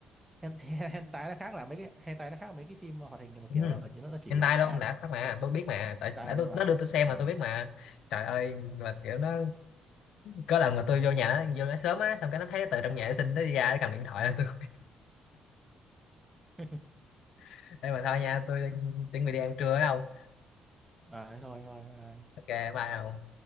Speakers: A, on the right; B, on the left.
A: hen hen, hentai <laughs> nó khác là mấy cái hentai nó khác mấy cái phim hoạt hình mà
B: ừ.
A: kiểu ờ, chỉ nó nó chỉ
B: hentai
A: ấy
B: luôn
A: nha
B: đã phát mà tôi biết mà tại
A: hentai
B: tại
A: thật luôn
B: tôi nó
A: à
B: đưa tôi xem
A: ừ.
B: mà tôi biết mà trời ơi mà kiểu nó có lần mà tôi vô nhà nó vô nó sớm á xong cái nó thấy từ trong nhà vệ sinh nó đi ra nó cầm điện thoại lên tôi
A: <laughs>
B: <laughs> đây mà thôi nha tôi chuẩn bị đi ăn trưa phải không
A: à thế thôi thôi bye.
B: ok bye không